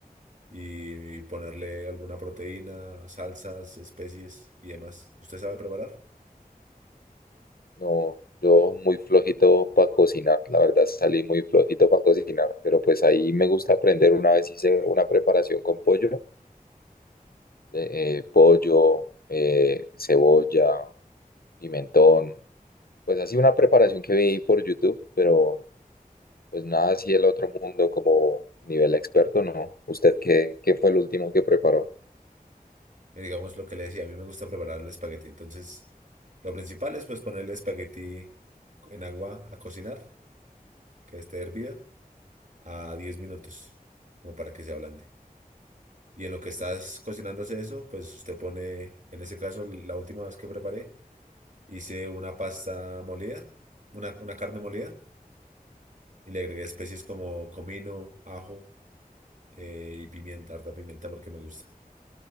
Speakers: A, on the right; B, on the left.
A: y ponerle alguna proteína, salsas, especies y demás. ¿Usted sabe preparar?
B: No, yo muy flojito para cocinar, la verdad salí muy flojito para cocinar, pero pues ahí me gusta aprender. Una vez hice una preparación con pollo, de, eh, pollo, eh, cebolla, pimentón, pues así una preparación que vi por YouTube, pero pues nada así el otro mundo como nivel experto, ¿no? ¿Usted qué, qué fue el último que preparó?
A: Eh, Digamos lo que le decía, a mí me gusta preparar el espagueti. Entonces, lo principal es pues ponerle espagueti en agua a cocinar, que esté hervida, a 10 minutos, como para que se ablande. Y en lo que estás cocinándose eso, pues usted pone, en ese caso, la última vez que preparé, hice una pasta molida, una, una carne molida, y le agregué especies como comino, ajo, eh, y pimienta, harta pimienta porque me gusta.